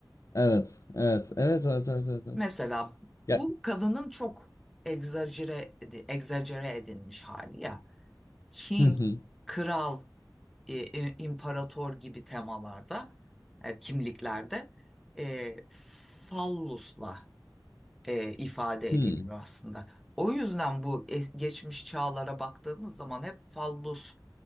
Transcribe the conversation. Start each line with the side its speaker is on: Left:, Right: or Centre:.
Left: Evet. Evet. Evet. Evet. Evet. Evet. evet.
Centre: Mesela
Left: Ya-
Centre: bu kadının çok egzajere, edi- egzajere edilmiş hali ya. King,
Left: Mhm,
Centre: kral, e, i- imparator gibi temalarda, e, kimliklerde e, fallusla e, ifade
Left: hmm.
Centre: ediliyor aslında. O yüzden bu es- geçmiş çağlara baktığımız zaman hep fallus